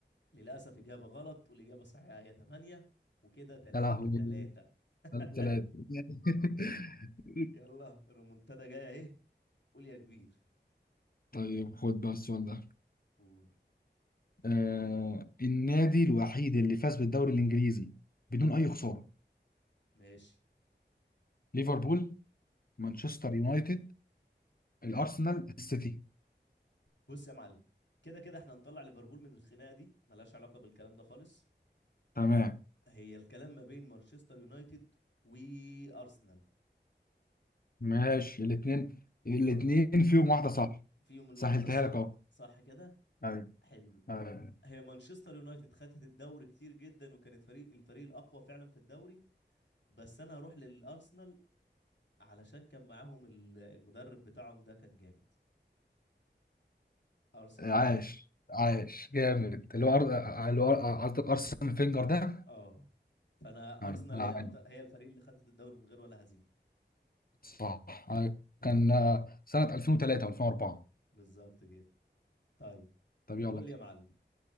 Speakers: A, on the left; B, on the left.
A: للأسف إجابة غلط والإجابة الصحيحة هي 8 وكده 3
B: يا لهوي
A: 3 <laughs>
B: ثلاثه <laughs>
A: يلا الريمونتادا جاية أهي قول يا كبير
B: طيب خد بقى السؤال ده
A: قول
B: آه النادي الوحيد اللي فاز بالدوري الانجليزي بدون اي خساره
A: ماشي
B: ليفربول مانشستر يونايتد الارسنال السيتي
A: بص يا معلم كده كده احنا هنطلع ليفربول من الخناقة دي ملهاش علاقة بالكلام ده خالص
B: تمام
A: هي الكلام ما بين مانشستر يونايتد وأرسنال
B: ماشي الاثنين الاثنين
A: أه،
B: فيهم واحده صح
A: فيهم الواحدة
B: سهلتها
A: الصح
B: لك اهو
A: صح كده
B: ايوه
A: حلو
B: آه،
A: هي مانشستر يونايتد خدت الدوري كتير جدا وكانت فريق الفريق الأقوى فعلا في الدوري بس انا هروح للارسنال علشان كان معاهم ال- المدرب بتاعهم ده كان جامد ارسن
B: عاش
A: فينجر
B: عاش جامد اللي هو أر- اللي هو قصدك ارسنال فينجر ده
A: اه فانا
B: ايوه
A: ارسنال
B: نعم
A: هي اكتر هي الفريق اللي خدت الدوري من غير ولا هزيمه
B: صح آه، كان آه، سنه 2003 و2004
A: بالظبط كده طيب
B: طب يلا
A: قول لي يا معلم